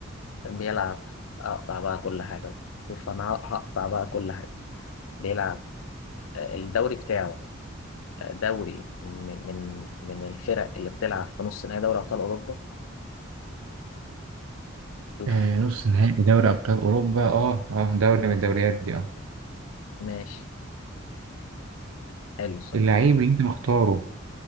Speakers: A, on the left; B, on the right.
A: بيلعب اقطع بقى كل حاجه شوف انا هقطع بقى كل حاجه بيلعب آه، الدوري بتاعه آه، دوري من من من الفرق اللي بتلعب في نص نهائي دوري ابطال اوروبا شوف
B: آه، نص نهائي دوري ابطال اوروبا اه اه دوري من الدوريات دي اه
A: ماشي حلو السؤال
B: اللعيب
A: ده.
B: اللي انت مختاره